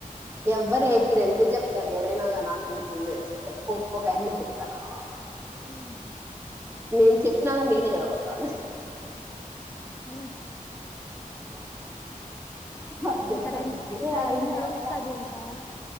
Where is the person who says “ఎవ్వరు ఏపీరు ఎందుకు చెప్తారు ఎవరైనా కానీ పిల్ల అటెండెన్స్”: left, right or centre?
Right